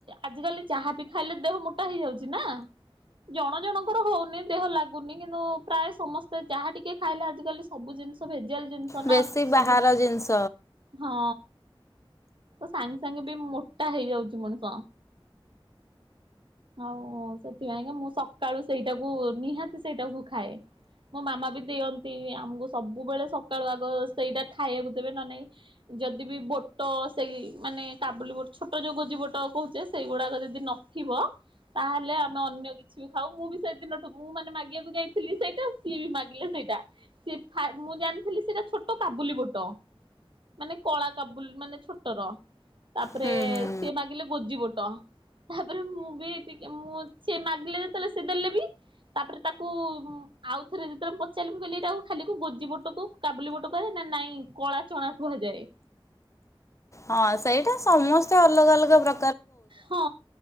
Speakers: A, on the right; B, on the left.
A: ଆଜିକାଲି ଯହା ବି ଖାଇଲେ ଦେହ ମୋଟା ହେଇଯାଉଚି ନା ଜଣ ଜଣଙ୍କର ହୋଉନି ଦେହ ଲାଗୁନି କିନ୍ତୁ ପ୍ରାୟ ସମସ୍ତେ ଯାହା ଟିକେ ଖାଇଲେ ଆଜିକାଲି ସବୁ ଜିନିଷ ଭେଜିଆ ଜିନିଷ
B: ବେଶୀ
A: ନା ସବୁ
B: ବାହାର ଜିନିଷ
A: ହଁ। ସାଙ୍ଗେ ସାଙ୍ଗେ ବି ମୋ ଟା ହେଇଯାଉଚି ମଣିଷ ଆଉ ସେଥିପାଇଁକା ମୁଁ ସକାଳୁ ସେଇଟାକୁ ନିହାତି ସେଇଟାକୁ ଖାଏ ମୋ ମାମା ବି ଦିଅନ୍ତି ଆମକୁ ସବୁବେଳେ ସକାଳୁ ଆଗ ସେଇଟା ଖାଇବାକୁ ଦେବେ ନହେନେ ଯଦି ବି ବୋଟ ସେଇ ମାନେ କାବୁଲି ବୋ ଛୋଟ ଯୋଉ ଗୋଜି ବୋଟ କହୁଚେ ସେଇଗୁଡାକ ଯଦି ନଥିବ ତାହେଲେ ଆମେ ଅନ୍ୟ କିଛି ବି ଖାଉ ମୁଁ ବି ସେଦିନଠୁ ମୁଁ ମାନେ ମାଗିବାକୁ ଯାଇଥିଲି ସେଇଟା ସିଏ ବି ମାଗିଲେ ସେଇଟା ସିଏ ମୁଁ ଜାଣିଥିଲି ସେଇଟା ଛୋଟ କାବୁଲି ବୋଟ ମାନେ କଳା କାବୁଲି ମାନେ ଛୋଟର ତାପରେ
B: ହୁଁ ହୁଁ
A: ସିଏ ମାଗିଲେ କୁଜି ବୁଟ ତାପରେ ମୁଁ ବି ଟିକେ ମୁଁ ସେ ମାଗିଲେ ଯେତେବେଳେ ସେ ଦେଲେ ବି ତାପରେ ତାକୁ ଆଉ ଥରେ ଯେତେବେଳେ ପଚାରିଲି ମୁଁ କହିଲି ତାକୁ ଖାଲି ଗୋଜି ବୁଟକୁ କାବୁଲି ବୁଟ କୁହାଯାଏ ନା ନାଇଁ କଳା ଚଣା କୁହାଯାଏ।
B: ହଁ ସେଇଟା ସମସ୍ତେ ଅଲଗା ଅଲଗା ପ୍ର
A: ହଁ